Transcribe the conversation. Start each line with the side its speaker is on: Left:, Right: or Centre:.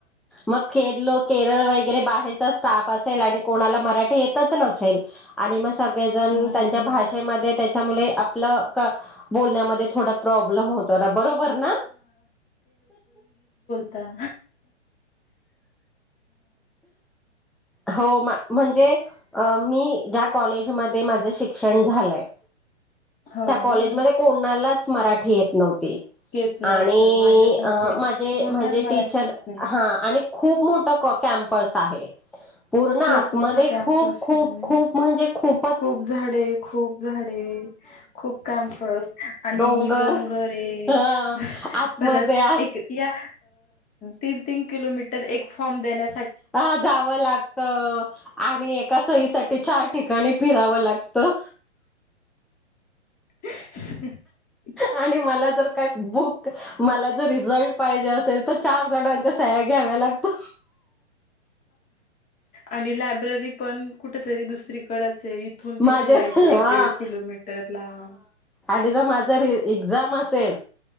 Centre: मग खेरलो, केरळ वगैरे बाहे ह्यचा असेल आणि कोणाला मराठी येतच नसेल आणि सगळेजण
Left: नाही
Centre: त्यांच्या भाषेमध्ये त्याच्या मुले आपलं बोलण्यामध्ये थोडा प्रॉब्लेम होतो ना बरोबर ना
Left: तर
Centre: हो. म्हणजे मी ज्या कॉलेजमध्ये माझ शिक्षण झालंय
Left: हो
Centre: त्या कॉलेजमध्ये
Left: ना
Centre: कोणालाच मराठी येत नव्हती.
Left: येत नव्हतं.
Centre: आणि
Left: माझं पण सेम
Centre: माझे
Left: कोणालाच
Centre: म्हजे
Left: मराठी
Centre: टीचर
Left: येत नाही.
Centre: हा आणि खूप मोठ कप कॅम्प पस आहे. पूर्ण
Left: खूप
Centre: आतमध्ये
Left: मोठा कॅम्पस
Centre: खूप खूप
Left: आहे.
Centre: खूप म्हणजे खूप
Left: खूप झाडे, खूप झाडे खूप काम करत आणि
Centre: डोंगर
Left: डोंगरे
Centre: ह आतमध्ये
Left: परत एक या तीन तीन किलोमीटर एक फॉर्म देण्या
Centre: ह जावं लागत आणि एका सहीसाठी चार ठिकाणी फिरावं लागतं.
Left: <inaudible>
Centre: आणि मला जर काही बुक मला जर रिझल्ट पाहिजे असेल तर चार जणां सह्या घ्याव्या लागता
Left: आणि लायब्ररी पण कुठ तरी दुसरी कडच आहे इथून
Centre: माझे
Left: तिथं जायचं
Centre: हा
Left: एक दीड किलोमीटर लांब
Centre: एक माझा र एक्झाम असेल